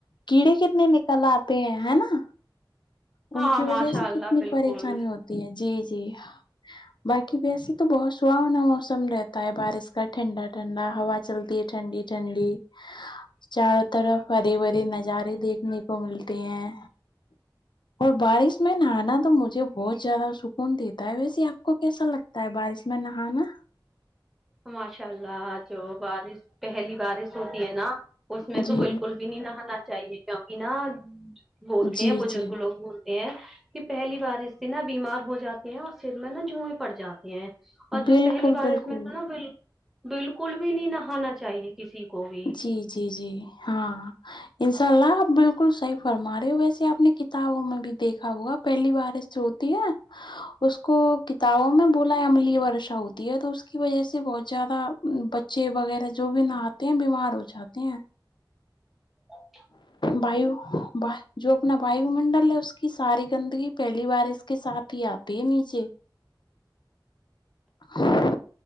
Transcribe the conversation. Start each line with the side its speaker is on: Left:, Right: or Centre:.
Left: کیڑے کتنے نکل آتے ہیں ہے نا
Centre: ہاں
Left: ان کی وجہ
Centre: ماشاء
Left: سے
Centre: اللہ
Left: کتنی
Centre: بالکل
Left: پریشانی ہوتی جی جی باقی ویسے تو بہت سہانا موسم رہتا ہے بارش کا ٹھنڈا ٹھنڈا ہوا چلتی ہے ٹھنڈی ٹھنڈی چاروں طرف ہرے بھرے نظارے دیکھنے کو ملتے ہیں اور بارش میں نہانا تو مجھے بہت زیادہ سکون دیتا ہے ویسے آپ کو کیسا لگ تا ہے بارش میں نہانا
Centre: ماشاء اللہ جو بارش پہلی بارش ہوتی ہے نا اس میں
Left: جی
Centre: تو بالکل بھی نہیں نہانا چاہیے کیونکہ نا بولتے
Left: جی
Centre: ہیں بزرگ
Left: جی
Centre: لوگ بولتے ہےکہ پہلی بارش سے نہ بیمار ہو جاتے ہیں اور سر میں نا جوئیں پڑ جاتی ہیں اور جو
Left: بالکل
Centre: پہلی بارش
Left: بالکل
Centre: میں ب بالکل بھی نہیں نہانا چاہیے کسی کو بھی
Left: جی جی جی ہاں انشاء اللہ آپ بالکل صحیح فرما رہے ہو ویسے آپ نے کتابوں میں بھی دیکھا ہوگا پہلی بارش جو ہوتی ہیں اس کو کتابوں میں بولا عملی ورشا ہوتی ہے تو اس کی وجہ سے بہت زیادہ بچ چے وغیرہ جو بھی نہا تے ہے بیمار ہوجاتے ہیں
Centre: ا
Left: وایو جو اپنا وایو منڈل ہے اس کی ساری گندگی پہلی بار اس کے ساتھ ہی آے پ نیچے ہہق